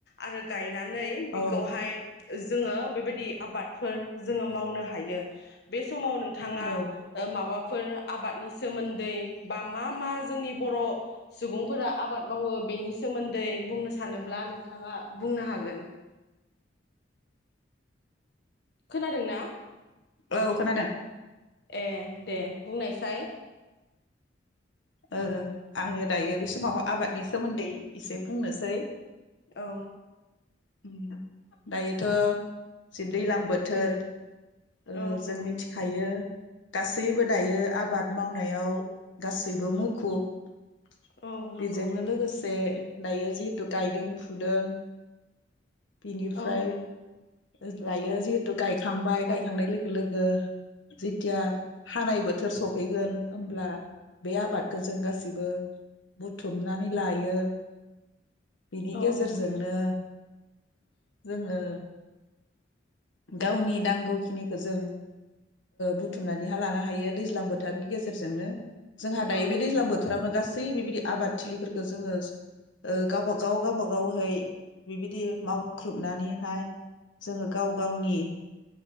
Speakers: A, on the left; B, on the left.
A: आरो गाय नानै बेखौहाय
B: औ
A: जोङो बेबायदि आबादफोर जोङो मावनो हायो बे समाव नोंथाङा
B: औ
A: ओ माबा फोर आबादनि सोमोन्दै बा मा मा जोंनि बर' सुबुंफोरा आबाद मावो बेनि सोमोन्दै बुंनो सानोब्ला नोंथाङा बुंनो हागोन। खोनादोंना
B: औ खोनादों।
A: ए दे बुंनायसाय।
B: ओ आङो दायो बे समाव आबादनि सोमोन्दै एसे बुंनोसै
A: औ
B: उम दायोथ' जे दैलां बोथोर ओ
A: औ
B: जों मिथिखायो गासैबो दायो आबाद मावनायाव गासैबो मुखुब ।
A: औ नंगौ
B: बेजोंनो लोगोसे दायो जिहेतु गायदों फुदों । बेनिफ्राय
A: औ
B: दायो जिहेथु गायखांबाय गायखांनाय लोगो लोगो जेथिया हानाय बोथोर सफैगोन होमब्ला बे आबादखौ जों गासिबो बुथुमनानै लायो । बेनि
A: औ
B: गेजेरजोंनो जोंङो गावनि नांगौखिनिखौ जों बुथुमनानैहा लानो हायो दैज्लां बोथोरनि गेजेरजोंनो । जोंहा दा
A: औ
B: बे दैज्लां बोथोरावनो गासै गासै बिबायदि आबादथिलिफोरखौ जोंङो गावबा गाव गावबा गावै बिबायदि मावख्रुबनानैहाय जोंङो गाव गावनि